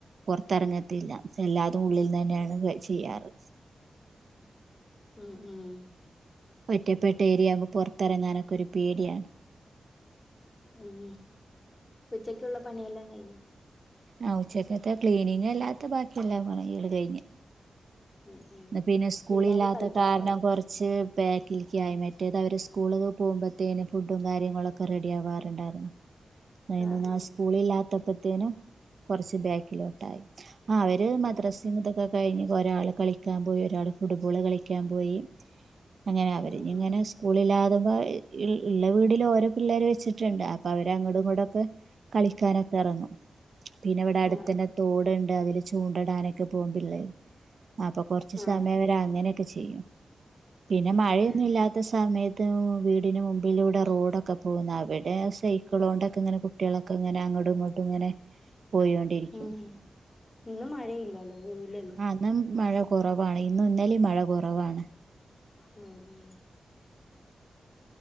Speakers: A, on the right; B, on the left.
A: പുറത്തിറങ്ങ പത്തില്ല എല്ലാതും ഉള്ളിൽ തന്നെയാണ് ചെയ്യാറ്.
B: ഉം ഉം.
A: ഒറ്റപ്പെട്ട ഏരിയാവുമ്പ് പുറത്തിറങ്ങാനൊക്കെ ഒരു പേടിയാണ്.
B: ഉം ഉച്ചക്കുള്ള പണിയെല്ലാം കഴിഞ്ഞ?
A: ആ ഉച്ചക്കത്തെ ക്ലീനിങ് അല്ലാത്ത ബാക്കിയ എല്ല പണികളും കഴിഞ്ഞ്.
B: ഉം ഉം
A: പിന്നെ സ്കൂളി
B: പിള്ളേര്
A: ഇല്ലാത്ത
B: കളിക്കാൻ
A: കാരണം.
B: പോയാ
A: കൊറച്ച് ബാക്കിലേക്ക് ആയി മറ്റേത് അവര് സ്കൂളിലോക്കെ പോകുമ്പോഴത്തേും ഫുഡും കാര്യങ്ങളൊക്കെ റെഡി ആവാറുണ്ടായിരുന്നു.
B: ആഹ്
A: ന്ന് നാ
B: ആഹ്
A: സ്കൂള് ഇല്ലാത്തപ്പോത്തേനും കൊറച്ച് ബാക്കിലോട്ടായി. ആ അവര് മദ്രസേന്ന്
B: ഓ
A: ഇതൊക്കെ കഴിഞ്ഞ് ഒരാള് കളിക്കും കളിക്കാൻ പോയി ഒരാള് ഫുട്ബോള് കളിക്കാൻ പോയി അങ്ങനെ അവരിങ്ങനെ
B: ഉം ഉം
A: സ്കൂളില്ലാതാകുമ്പോ ഇള്ള ഇള്ള വീടില് ഓരോ പിള്ളേർ വെച്ചിട്ട്ണ്ട് അപ്പൊ അവര് അങ്ങടും ഇങ്ങ്ടൊക്കെ കളിക്കാനൊക്കെ എറങ്ങും പിന്നെ ഇവിടെ അടുത്ത്
B: ആഹ്
A: തന്നെ
B: ആഹ്
A: തോടുണ്ട് അതില് ചൂണ്ടടാനൊക്കെ പോകും പിള്ളേര് അപ്പൊ കുറച്ച്
B: ആഹ്
A: സമയം അവര് അങ്ങനെയൊക്കെ ചെയ്യും പിന്നെ
B: ഉം
A: മഴയൊന്നും
B: ഉം
A: ഇല്ലാത്ത സമയത്ത് വീടിന് മുമ്പിലൂടെ റോഡൊക്കെ പോകുന്ന് അവിടെ സൈക്കിൾ കൊണ്ടൊക്കെ ഇങ്ങനെ കുട്ടികളൊക്കെ ഇങ്ങനെ അങ്ങടും ഇങ്ങോട്ടും ഇങ്ങനെ പോയോണ്ടിരിക്കും
B: ഉം ഉം ഇന്ന് മഴയില്ലല്ലോ വെയിലല്ലേ
A: ആ ഇന്ന് മഴ കുറവാണ് ഇന്നും ഇന്നലേം മഴ കുറവാണ്
B: ഉം ഉം